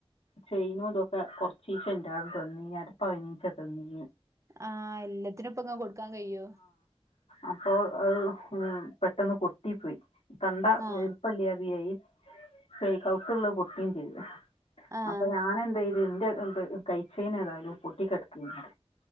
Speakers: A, on the left (about 75°); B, on the right (about 30°).
A: ചെയ്നോ ഇതൊക്കെ കൊറച്ചീച്ച ണ്ടാവും തന്നിര പനീച്ച തന്നി
B: ആഹ് എല്ലാത്തിനും ഇപ്പങ്ങ് കൊടുക്കാൻ കഴിയോ?
A: അപ്പോ അത് പെട്ടന്ന് പൊട്ടിപ്പോയി കണ്ട
B: ആഹ്
A: വലുപ്പല്ല <unintelligible> പൊട്ടിയേം ചെയ്ത്
B: ആഹ്
A: അപ്പൊ ഞാൻ എന്ത്ചെയ്യു ഇതിന്റെ ഇത് കൈച്ചേന് ഏതായാലും പൊട്ടി കിടക്കുന്ന്